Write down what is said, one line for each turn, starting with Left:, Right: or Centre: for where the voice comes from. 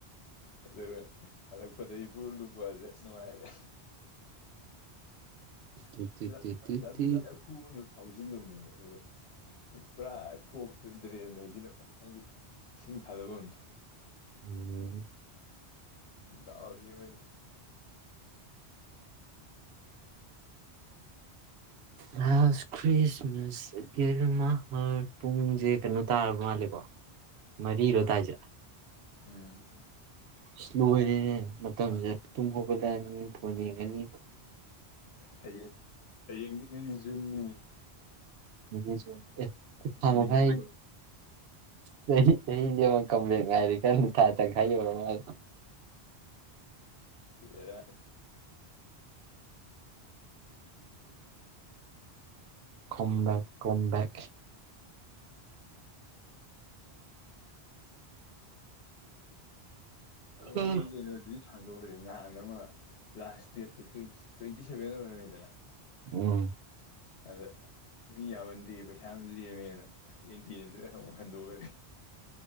Left: ꯑꯗꯨꯒ ꯍꯜꯂꯛꯄꯗ ꯏꯄꯨꯔ ꯂꯨꯞꯄꯁꯦ ꯅꯨꯡꯉꯥꯏꯔꯦ꯫
Right: ꯇꯤ ꯇꯤ
Left: ꯂ
Right: ꯇꯤ ꯇꯤ
Left: ꯂꯝꯕꯤ
Right: ꯇꯤ
Left: ꯑꯈꯨꯕ ꯑꯃ ꯐꯥꯎ <unintelligible> ꯄꯨꯔ ꯀꯣꯛ ꯗ꯭ꯔꯦꯟꯗ ꯍꯥꯏꯖꯤꯜꯂꯛꯄ <unintelligible> ꯏꯁꯤꯡ ꯊꯥꯗꯣꯛꯑꯝꯗ
Right: ꯎꯝ
Left: ꯗꯥꯎꯁ‌ꯦ ꯃꯩꯅꯤ
Right: last Christmas I gave you my heart. ꯄꯨꯡꯁꯦ ꯀꯩꯅꯣ ꯇꯥꯔꯕ ꯃꯥꯜꯂꯦꯀꯣ ꯃꯔꯤꯔꯣꯇꯥꯏꯁꯦ꯫
Left: ꯎꯝ
Right: ꯏꯁ ꯂꯣꯢꯔꯦꯅꯦ ꯃꯇꯝꯁꯦ꯫ ꯇꯨꯝ ꯍꯧꯒꯠꯂꯛꯑꯅꯤ, ꯐꯣꯟ ꯌꯦꯡꯉꯥꯅꯤ꯫
Left: ꯍꯌꯦꯡ ꯍꯌꯦꯡꯗꯤ ꯅꯦ ꯖꯨꯟꯅꯦ꯫
Right: ꯚꯤꯂꯦꯓ꯭ꯔ ꯑꯦ ꯊꯥ
Left: ꯃꯤꯡ
Right: ꯃꯈꯥꯏ
Left: ꯂꯣꯏ
Right: ꯆꯥꯍꯤ ꯆꯥꯍꯤ ꯁꯦ ꯌꯦꯡꯑꯣ <unintelligible> ꯉꯥꯏꯔꯤ ꯀꯟ ꯊꯥ ꯇꯪꯈꯥꯏ ꯌꯧꯔ ꯃꯥꯜꯂꯣ꯫
Left: ꯚꯦꯔꯥꯅꯤ
Right: ꯎꯝ ꯗꯝꯕꯦꯛ ꯀꯝꯕꯦꯛ ꯎꯝ
Left: ꯃꯣꯏ ꯀꯩꯅꯣꯗꯨꯗꯤ ꯁꯥ ꯑꯂꯨꯒꯥꯅꯦ ꯅꯍꯥꯟ ꯑꯃ ꯂꯥꯁ ꯁꯇꯦꯠꯇ ꯇꯨꯢ ꯇꯣꯏꯟꯇꯤ ꯁꯦꯚꯦꯟ ꯑꯣꯏꯔꯣꯏꯗꯅ
Right: ꯉꯝ
Left: ꯑꯗ ꯃꯤ ꯌꯥꯝꯃꯟꯗꯦ ꯄꯩꯁꯥ ꯌꯝ ꯂꯦꯝꯃꯦꯅ <unintelligible> ꯍꯪ <unintelligible> ꯍꯟꯗꯣꯏ